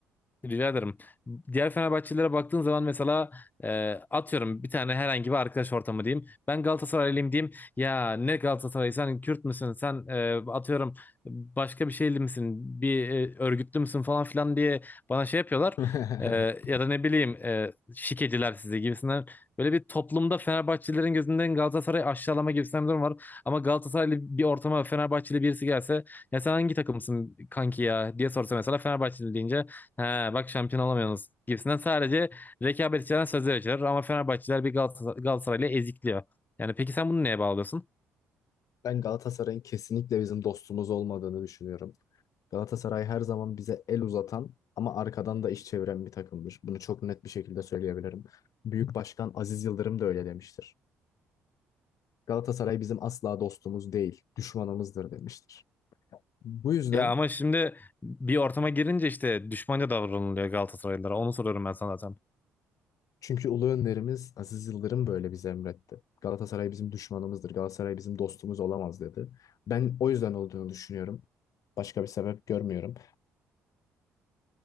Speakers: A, on the left; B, on the left.
A: Rica ederim. Diğer Fenerbahçelilere baktığın zaman mesela e, atıyorum bir tane herhangi bir arkadaş ortamı diyeyim. Ben Galatasaraylıyım diyeyim. Ya ne Galatasaray sen Kürt müsün? Sen e, atıyorum başka bir şeyli misin? Bir e, örgütlü müsün falan filan diye bana şey yapıyorlar.
B: <laughs>
A: E, ya da ne bileyim e, şikeciler sizi gibisinden. Böyle bir toplumda Fenerbahçelilerin gözünden Galatasaray'ı aşağılama gibisinden bir durum var. Ama Galatasaraylı bir ortama Fenerbahçeli birisi gelse ya sen hangi takımsın kanki ya diye sorsa mesela Fenerbahçeli deyince He, bak şampiyon olamıyorsunuz gibisinden sadece rekabet içeren sözler içerir ama Fenerbahçeliler bir Galatasaray, Galatasaray'la ezikliyor. Yani peki sen bunu neye bağlıyorsun?
B: Ben Galatasaray'ın kesinlikle bizim dostumuz olmadığını düşünüyorum. Galatasaray her zaman bize el uzatan ama arkadan da iş çeviren bir takımdır. Bunu çok net bir şekilde söyleyebilirim. Büyük Başkan Aziz Yıldırım da öyle demiştir. Galatasaray bizim asla dostumuz değil, düşmanımızdır demiştir. Bu yüzden
A: Ya ama şimdi bir ortama girince işte düşmanca davranılıyor Galatasaraylılara. Onu soruyorum ben sana zaten.
B: Çünkü ulu önderimiz Aziz Yıldırım böyle bize emretti. Galatasaray bizim düşmanımızdır. Galatasaray bizim dostumuz olamaz dedi. Ben o yüzden olduğunu düşünüyorum. Başka bir sebep görmüyorum.